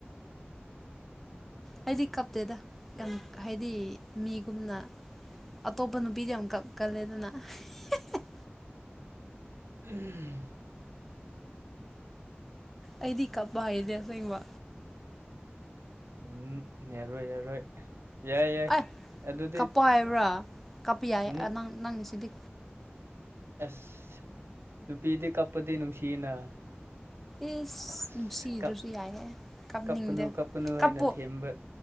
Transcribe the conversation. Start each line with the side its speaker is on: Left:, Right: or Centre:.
Centre: ꯑꯩꯗꯤ ꯀꯞꯇꯦꯗ ꯌꯥꯝ ꯍꯥꯏꯗꯤ ꯃꯤꯒꯨꯝꯅ ꯑꯇꯣꯞꯄ ꯅꯨꯄꯤꯗꯤ ꯌꯥꯝ ꯀꯞꯀꯜꯂꯦꯗꯨꯅ <unintelligible>
Right: ꯎꯝ
Centre: ꯑꯩꯗꯤ ꯀꯄꯄ ꯍꯩꯗꯦ ꯑꯁꯦꯡꯕ
Right: ꯎꯝ ꯌꯥꯔꯣꯏ ꯌꯥꯔꯣꯏ ꯌꯥꯏ ꯌꯥꯏ
Centre: ꯑꯦ
Right: ꯑꯗꯨꯗꯤ
Centre: ꯀꯞꯄꯣ ꯍꯥꯏꯕ꯭ꯔꯥ ꯀꯞꯄꯤ ꯌꯥꯏ
Right: ꯎꯝ
Centre: ꯑ ꯅꯪ ꯅꯪ ꯁꯤꯗꯤ
Right: ꯑꯁ ꯅꯨꯄꯤꯗꯤ ꯀꯞꯄꯗꯤ ꯅꯨꯡꯁꯤꯌꯦꯅ
Centre: ꯏꯁ
Right: ꯑꯁ
Centre: ꯅꯨꯡꯁꯤꯗ꯭ꯔꯁꯨ
Right: ꯀꯞ
Centre: ꯌꯥꯏꯍꯦ ꯀꯞꯅꯤꯡꯗꯦ
Right: ꯀꯞꯀꯅꯨ ꯀꯞꯀꯅꯨ
Centre: ꯀꯞꯄꯣ
Right: ꯍꯥꯏꯅ ꯊꯦꯝꯕ